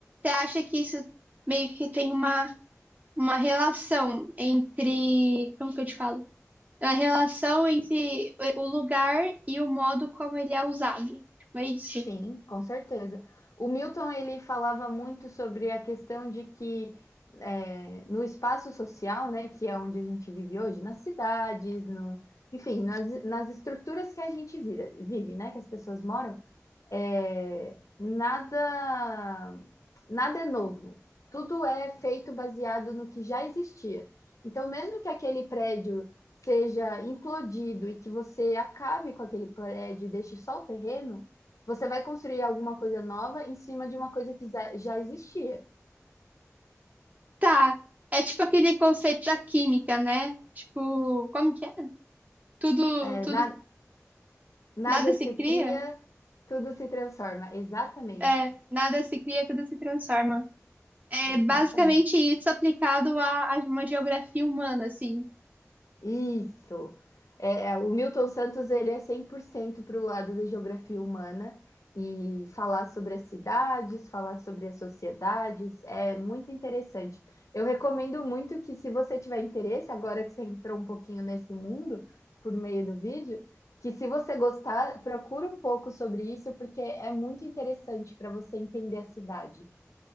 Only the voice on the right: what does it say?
acha que isso meio que tem uma, uma relação entre. Como que eu te falo? Uma relação entre o o lugar e o modo como ele é usado. Tipo, é isso?
Tá. É tipo aquele conceito da química, né? Tipo, como que é? Tudo,
tudo
Nada se
cria?
É, nada se cria, tudo se transforma. É
basicamente isso aplicado a, a uma geografia humana, assim.